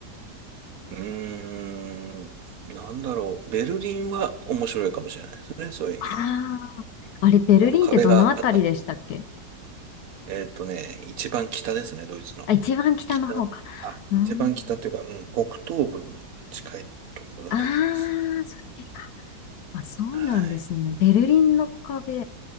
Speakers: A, on the right; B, on the left.
A: うーん、なんだろう。ベルリンは面白いかもしれないですね。そういう意味では。
B: ああ、あれベルリンってどのあたりでしたっけ
A: あの壁があったの。えっとね、一番北ですね、ドイツの。
B: あ、一番北の方か。
A: 北、あ、
B: うーん。
A: 一番北っていうか、うん、北東部に近いところだと思います。
B: ああ、そっちか。あ、そうなんですね。
A: はい。
B: ベルリンの壁。